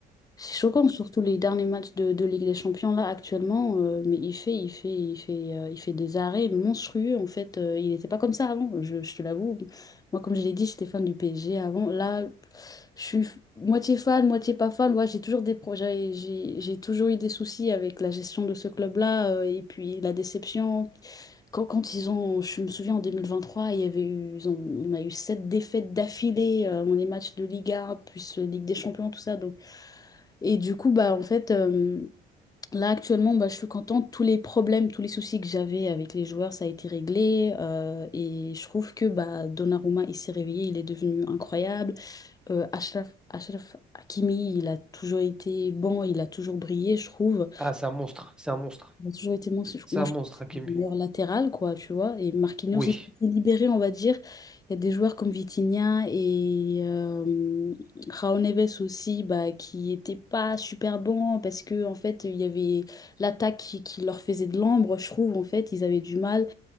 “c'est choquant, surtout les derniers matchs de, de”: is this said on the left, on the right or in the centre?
Left